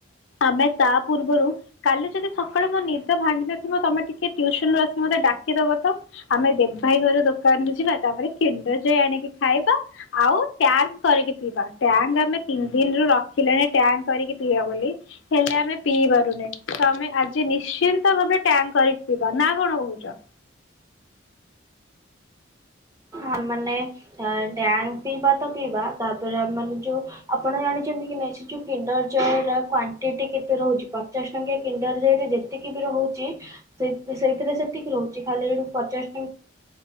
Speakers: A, on the left; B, on the right.
A: ଆମେ ତା ପୂର୍ବରୁ କାଲି ଯଦି ସକାଳୁ ମୋ ନିଦ ଭାଙ୍ଗିନଥିବ ତମେ ଟିକେ ଟ୍ୟୁସନରୁ ଆସି ମତେ ଡାକି ଦେବ ତ। ଆମେ ଦେବ ଭାଇ ଘର ଦୋକାନରୁୁ ଯିବା ତାପରେ କିଣ୍ଡର ଜଏ ଆଣିକି ଖାଇବା। ଆଉ ଟ୍ୟାଙ୍କ କରିକି ପିଇବା ଟ୍ୟାଙ୍କ ଆମେ ପିନ୍ଧି ଦିନ ରୁ ରଖିଲେଣି ଟ୍ୟାଙ୍କ କରିକି ପିଇବା ବୋଲି। ହେଲେ ଆମେ ପିଇ ପାରୁନେ ତମେ ଆଜି ନିଶ୍ଚିନ୍ତ ଭାବରେ ଟ୍ୟାଙ୍କ କରିକି ପିଇବା ନା କଣ କହୁଛ।
B: ଆ ମାନେ ଟ୍ୟାଙ୍କ ପିଇବା ତ ପିଇବା ତାପରେ ମାନେ ଯୋଉ ଆପଣ ଜାଣିଛନ୍ତି କି ନାଇଁ ସେ ଯୋଉ କିଣ୍ଡର ଜୟ ର କ୍ଵାଣ୍ଟିଟି କେତେ ରହୁଛି ପଚାଶ ଟଙ୍କିଆ କିଣ୍ଡର ଜରେ ଯେତିକି ବି ରହୁଛି। ସେ ସେଇଥିରେ ସେତିକି ରହୁଛି ଖାଲି ଯଠୁ ପଚାଶ ଟଙ୍କା